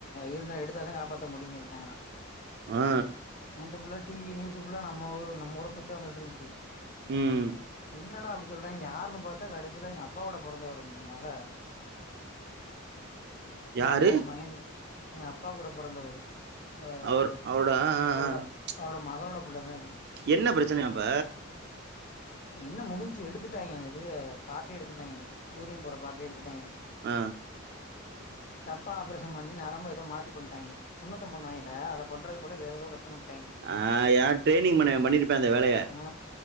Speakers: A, on the left; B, on the right.
A: இருந்தா எடுத்தாதா காப்பாத்த முடியு சொல்லிட்டாங்களா
B: ஆ
A: நேத்து ஃபுல்லா டி வி நியூஸ் ஃபுல்லா நம்ம ஊர் நம்ம ஊர பத்திதா வந்துட்ருந்துச்சி
B: ம்
A: என்னடா அப்டி சொல்றாய்ங்க யாருன்னு பாத்தா கடைசீல எங்க அப்பா வோட பொறந்தவரு மக
B: யாரு
A: அவோக மயன் எங்க அப்பா கூட பெறந்தவரு அ
B: அவர் அவரோட ஆ, ஆ,
A: அவரோட
B: ஆ.
A: அவரோட மகளோட புள்ளதா இது
B: என்ன பிரச்சனயா இப்ப
A: என்ன முடிஞ்சி எடுத்துட்டாய்ங்க அந்த இதுவ பாட்டே எடுத்துட்டாய்ங்க யூரின் போற பாட்டே எடுத்துட்டாய்ங்க
B: ஆ
A: தப்பா ஆப்ரேஷன் பண்ணி நரம்ப எதோ மாத்தி பண்ட்டாயிங்க சுன்னத்தோ பண்ணுவாயிங்கல்ல அத பண்றதுக்கு பதில வேற எதோ கட் பண்ணி புட்டாயிங்க
B: ஆ யார ட்ரைனிங் பணணவே பண்ணிருபா இந்த வேலய
A: ஆ